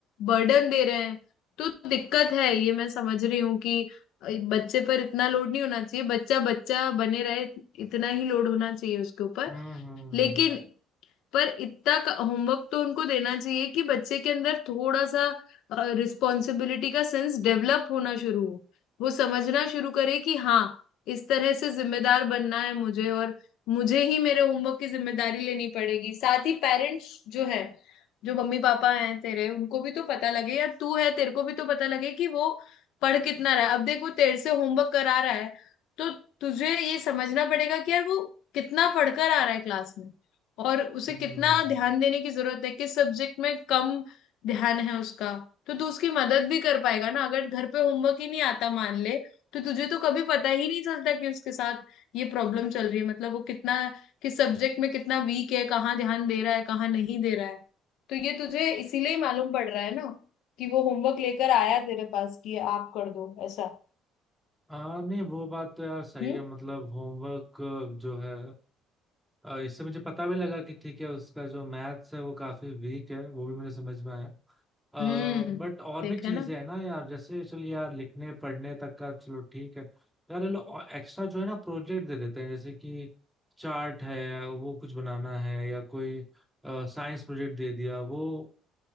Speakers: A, on the left; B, in the centre.
A: बर्डन दे रहे हैं तो दिक्कत है ये मैं समझ रही हूँ कि बच्चे पर इतना लोड नहीं होना चाहिए बच्चा बच्चा बने रहे इतना ही लोड होना चाहिए उसके ऊपर
B: हम्म हम्म
A: लेकिन पर इतना होमवर्क तो उनको देना चाहिए कि बच्चे के अंदर थोड़ा सा रिस्पॉन्सिबिलिटी का सेंस डेवलप होना शुरू हो वो समझना शुरू करे कि हाँ इस तरह से जिम्मेदार बनना है मुझे और मुझे ही मेरे होमवर्क की जिम्मेदारी लेनी पड़ेगी साथ ही पेरेंट्स जो है जो मम्मी पापा हैं तेरे उनको भी तो पता लगे या तू है तेरे को भी तो पता लगे कि वो पढ़ कितना रहा है अब देख वो तेरे से होमवर्क करा रहा है तो तुझे ये समझना पड़ेगा कि यार वो कितना पढ़कर आ रहा है क्लास में और उसे
B: हम्म।
A: कितना ध्यान देने की जरूरत है किस सब्जेक्ट में कम ध्यान है उसका तो तू उसकी मदद भी कर पाएगा ना अगर घर पे होमवर्क ही नहीं आता मान ले तो तुझे तो कभी पता ही नहीं चलता कि उसके साथ ये प्रॉब्लम चल रही है मतलब वो कितना किस सब्जेक्ट में कितना वीक है कहाँ ध्यान दे रहा है कहाँ नहीं दे रहा है तो ये तुझे इसीलिए ही मालूम पड़ रहा है ना कि वो होमवर्क लेकर आया तेरे पास कि ये आप कर दो ऐसा
B: हाँ नहीं वो बात तो यार सही
A: हम्म
B: है मतलब होमवर्क जो है अ, इससे मुझे पता भी लगा कि ठीक है उसका जो मैथ्स है वो काफी वीक है वो भी मुझे समझ में आया बट
A: हम्म
B: और
A: देखा
B: भी चीजें
A: ना
B: है ना यार जैसे चलो यार लिखने पढ़ने तक का चलो ठीक है यार ये लोग एक्स्ट्रा जो है ना प्रोजेक्ट दे देते हैं जैसे कि चार्ट है वो कुछ बनाना है या कोई साइंस प्रोजेक्ट दे दिया वो